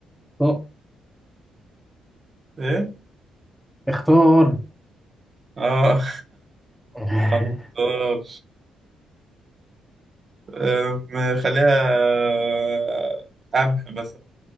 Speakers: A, in the centre; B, on the right (about 35°).
A: طب
B: ايه
A: اختار
B: اه
A: <laughs>
B: <laughs> آه. أم، خليها آه، قمح مثلا